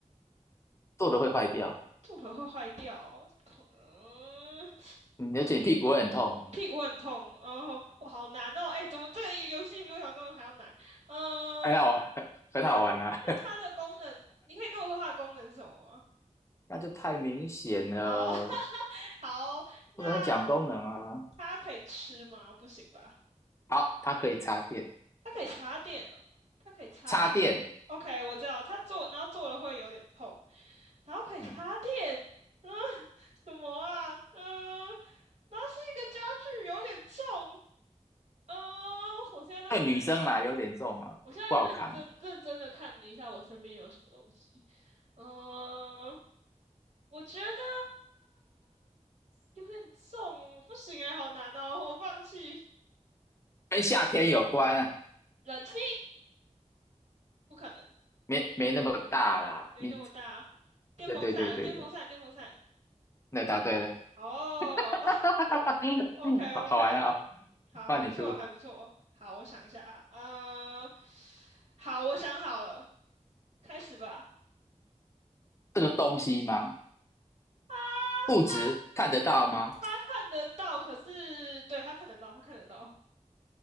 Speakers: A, on the left; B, on the right.
A: 做的会坏掉。
B: 做了会坏掉哦，痛，嗯，
A: 嗯，而且你屁股会很痛哦，
B: 屁股很痛，然后我好难哦，哎，怎么这个游游戏比我想象中的还要难？嗯、
A: 很好，<laughs> 很好玩啊，
B: 那那它的功能，你可以跟我说它的功能是什么吗？
A: <laughs> 那就太明显了，
B: 哦，<laughs> 好，那
A: 不能讲功能啊。
B: 它可以吃吗？不行吧？
A: 好，它可以插电，
B: 它可以插电哦，它可以插电哦。
A: 插电，
B: OK，我知道，它坐，然后坐了会有点痛，然后可以插电，
A: 嗯，
B: 嗯，<laughs> 什么啊？嗯、然后是一个家具，有点重，嗯、我现在在认，
A: 对女生啦有点重啊，
B: 我现在认真认真的看了一下我身边有什么东西，
A: 不好扛，
B: 嗯、我觉得有点重，不行哎、好难哦，我放弃。
A: 跟夏天有关啊，
B: 冷气不可能，
A: 没没那么大啦。
B: 没那么大。
A: 你，
B: 电风扇啊，
A: 对对对对对，
B: 电风扇，电风扇。
A: 那答对了，
B: 哦
A: <laughs>
B: o k
A: 好好玩啊、
B: o k
A: 哦，
B: <laughs> 好，
A: 换你出
B: 还不错，还不错。好，我想一下啊，呃，好，我想好了，开始吧。
A: 这个东西吗？
B: 他
A: 物质看得到吗？
B: 他他看得到，可是对他看得到，他看得到，